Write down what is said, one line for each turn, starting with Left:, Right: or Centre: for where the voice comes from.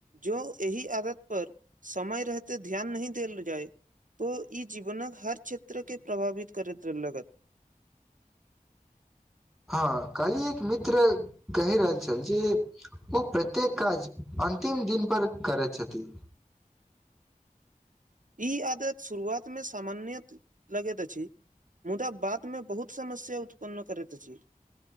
Right: जो एहि आदत पर समय रहते ध्यान नहि देल जाय तो इ जीवनक हर क्षेत्र केँ प्रभावित करैत लगत
Centre: हँ कल्हि एक मित्र कहि रहल छल जे ओ प्रत्येक काज अन्तिम दिन पर करैत छथि
Right: ई आदत शुरुआतमे सामान्य लगैत अछि मुदा बाद मे बहुत समस्या उत्पन्न करैत अछि